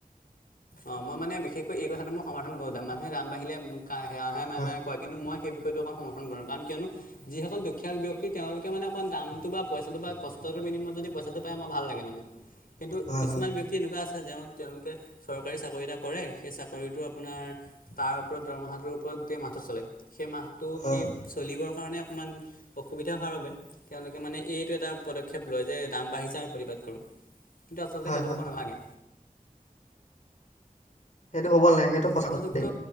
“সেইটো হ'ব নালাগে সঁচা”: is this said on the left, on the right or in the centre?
Left